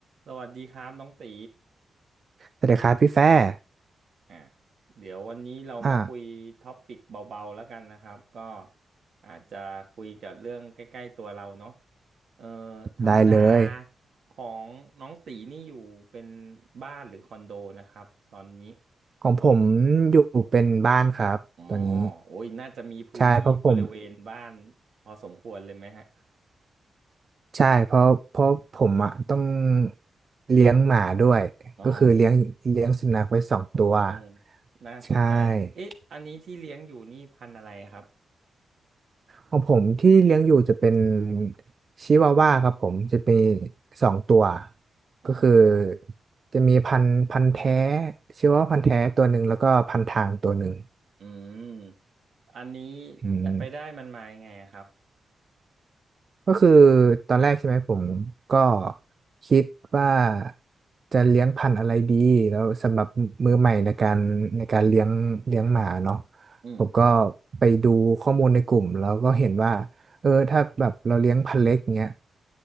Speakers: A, on the right; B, on the right.
A: สวัสดีครับน้องตี
B: สวัสดีครับพี่แฟร์
A: อ่าเดี๋ยววันนี้เรามาคุยท็อปิกเบาๆแล้วกันนะครับก็
B: อ่า
A: อาจจะคุยกับเรื่องใกล้ๆตัวเราเนาะเอ่อธรรมดา
B: ได้เลย
A: ของน้องตีนี่อยู่เป็นบ้านหรือคอนโดนะครับตอนนี้
B: ของผมอยู่เป็นบ้านครับตอนนี้
A: อ๋อโอ้ยน่าจะมีพื้นที่บริเวณบ้าน
B: ใช่เพราะผม
A: พอสมควรเลยไหมฮะ
B: ใช่เพราะเพราะผมอ่ะต้องเลี้ยงหมาด้วยก็คือเลี้ยงเลี้ยงสุนัขไว้สองตัว
A: อ๋อโอ้น่าสนใจเอ๊ะอันนี้ที่เลี้ยงอยู่นี่พันธุ์อะไรครับ
B: ใช่ของผมที่เลี้ยงอยู่จะเป็นชิวาว่าครับผมจะเป็นสองตัว
A: อ๋อ
B: ก็คือจะมีพันธุ์พันธุ์แท้ชิวาว่าพันธุ์แท้ตัวหนึ่งแล้วก็พันทางตัวหนึ่ง
A: อืม อันนี้
B: อืม
A: ไปได้มันมายังไงอะครับ
B: ก็คือตอนแรกใช่ไหมผมก็คิดว่าจะเลี้ยงพันธุ์อะไรดีแล้วสำหรับมือใหม่ในการในการเลี้ยงเลี้ยงหมาเนาะ
A: อืม
B: ผมก็ไปดูข้อมูลในกลุ่มแล้วก็เห็นว่าเออถ้าแบบเราเลี้ยงพันธุ์เล็กเงี้ย